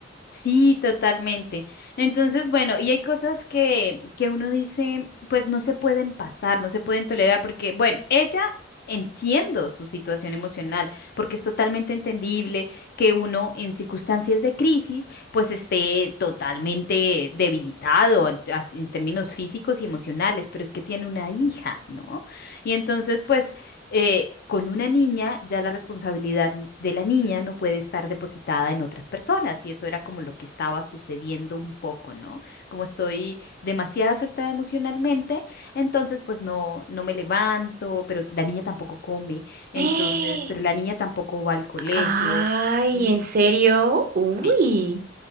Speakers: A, on the left (about 55°); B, on the right (about 50°).
A: Sí, totalmente. Entonces, bueno, y hay cosas que, que uno dice, pues no se pueden pasar, no se pueden tolerar, porque, bueno, ella entiendo su situación emocional, porque es totalmente entendible que uno en circunstancias de crisis, pues esté totalmente debilitado en, en términos físicos y emocionales, pero es que tiene una hija, ¿no? Y entonces, pues eh, con una niña, ya la responsabilidad de la niña no puede estar depositada en otras personas, y eso era como lo que estaba sucediendo un poco, ¿no? Como estoy demasiado afectada emocionalmente, entonces pues no, no me levanto, pero la niña tampoco come, entonces,
B: <gasps> ¡Eh!
A: pero la niña tampoco va al colegio.
B: Ay,
A: Ujú,
B: ¿en serio? Uy,
A: Sí.